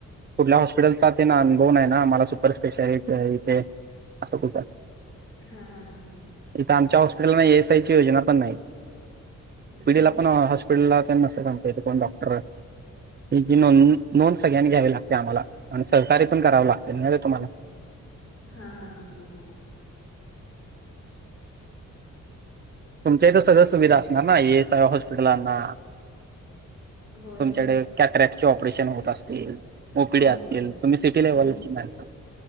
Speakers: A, on the right; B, on the left.
A: कुठल्या हॉस्पिटलचा तेन अनभव नाही ना. मला सुपर स्पेशालिटी आहे इथे असं कुठं
B: हा हा हा हा.
A: इथं आमच्या हॉस्पिटललां ईएसआयची योजना पण नाही.
B: होय
A: ला
B: काय
A: पण हॉस्पिटलला नसतंय आमच्या इथं कोण डॉक्टर. तुमची नोंदणी नोंद सगळ्यांनी घ्यावी लागते आम्हाला आणि सहकार्य पण करावं लागतंय. माहित आहे तुम्हाला?
B: हा हा हा हा हा.
A: तुमच्या इथं सगळं सुविधा असणार ना ईएसआय हॉस्पिटलांना.
B: होय
A: तुमच्याकडं
B: होय
A: कॅ-क्रॅकचे ऑपरेशन होत असतील? ओपीडी
B: होय
A: असतील, तुम्ही सिटी लेव्हलची
B: हो
A: माणसं.